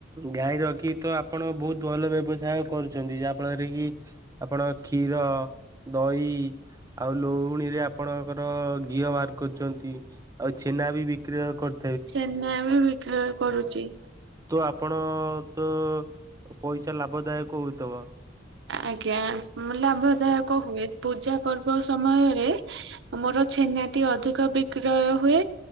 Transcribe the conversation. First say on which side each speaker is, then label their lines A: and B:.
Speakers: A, on the right; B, on the right.
A: ଗାଈ ରଖି ତ ଆପଣ ବହୁତ ଭଲ ବ୍ୟବସାୟ କରୁଛନ୍ତି। ଯାହାଫଳରେ କି ଆପଣ କ୍ଷୀର, ଦହି, ଆଉ ଲହୁଣୀରେ ଆପଣ ତାଙ୍କର ଘିଅ ବା ଚନ୍ତି ଆଉ ଛେନା ବି ବିକ୍ରି କରୁ
B: ଛେନା ବି ବିକ୍ରୟ କରୁଛି।
A: ତ ଆପଣ ତ ପଇସା ଲାଭଦାୟକ ହୋଇଥିବ?
B: ଆଜ୍ଞା। ଲାଭଦାୟକ ହୁଏ ପୂଜା ପର୍ବ ସମୟରେ ମୋର ଛେନାଟି ଅଧିକ ବିକ୍ରୟ ହୁଏ।